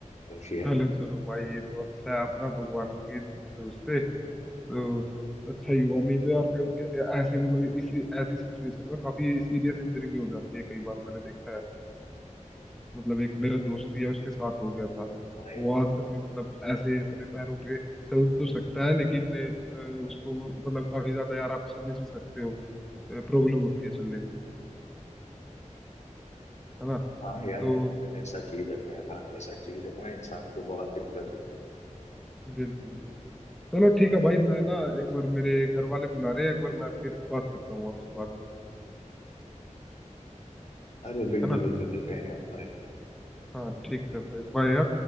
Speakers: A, on the left (about 65°); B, in the centre.
A: बस ये
B: चलो चलो भाई ये तो अच्छा है अपना भगवान की मतलब इससे तो अच्छा ही हुआ नहीं तो यार क- क- ऐसे मतलब इसी ऐसी सिचुएशन में काफी सीरियस इंजरी भी हो जाती है कई बार मैंने देखा है मतलब एक मेरा दोस्त ही है उसके साथ हो गया था
A: हम
B: वो आज तक भी मतलब ऐसे ही अपने पैरों पे चल तो सकता है लेकिन अ, उसको मतलब काफी ज्यादा यार आप समझ ही सकते हो प्रॉब्लम होती है चलने में है ना
A: हाँ यार
B: तो
A: पैरवेर ऐसा चीज है पैर हाथ ऐसा चीज है ना इंसान को बहुत दिक्कत होता है
B: बिल्कुल बिल्कुल चलो
A: हाँ
B: ठीक
A: यार
B: है भाई मैं ना एक बार मेरे घर वाले बुला रहे हैं एक बार मैं फिर बात करता हूँ आपसे बाद में
A: अरे बिल्कुल
B: है ना
A: बिल्कुल मिलते हैं यार bye।
B: हाँ ठीक है भाई बाय